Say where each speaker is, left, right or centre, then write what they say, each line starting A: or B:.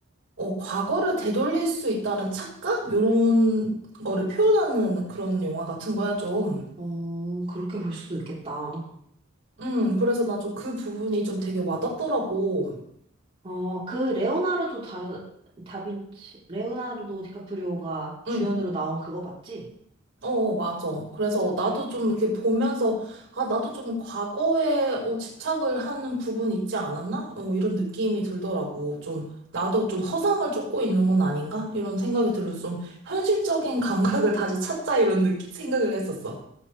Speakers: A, on the right; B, on the right.
A: 어, 과거를 되돌릴 수 있다는 착각? 요런 거를 표현하는 그런 영화 같은 거야, 좀.
B: 어, 그렇게 볼 수도 있겠다.
A: 음, 그래서 난 좀 그 부분이 좀 되게 와닿더라고.
B: 어, 그 레오나르도 다르 다빈치 레오나르도 디카프리오가 주연으로
A: 음,
B: 나온 그거 맞지?
A: 어, 어, 맞아. 그래서
B: 음,
A: 나도 좀 이렇게 보면서, 아, 나도 좀 과거에 어, 집착을 하는 부분이 있지 않았나? 어, 이런 느낌이 들더라고. 좀, 나도 좀 허상을
B: 음.
A: 쫓고 있는 건 아닌가? 이런 생각이 들어서 좀 현실적인 <laughs> 감각을 다시 찾자, 이런 느낌, 생각을 했었어.